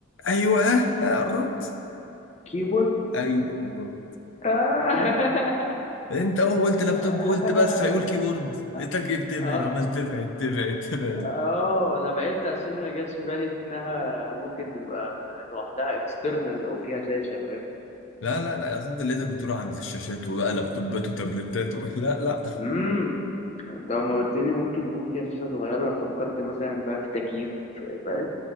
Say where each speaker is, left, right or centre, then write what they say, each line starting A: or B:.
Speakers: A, on the left; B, on the left.
A: ايوه ها قربت
B: كيبورد
A: ايوه أيوه.
B: اه
A: انت اول ما قلت لابتوب
B: <laughs>
A: قلت بس هيقول كيبورد لقيتك ايه بتبعد
B: اه
A: عمال تبعد تبعد تبعد
B: آه، انا بعدت عشان ما جاش في بالي انها ممكن تبقى لوحدها اكسترنال او فيها شاشه
A: لا لا لا اصلا انت لقيتك بتروح عند الشاشات وبقى لابتوبات وتابلتات و... <laughs> لا لا
B: فاهم انت لما قلت لي ممكن يكون فيها شاشة صغيرة أنا فكرت مثلا بقى في تكييف في- فاهم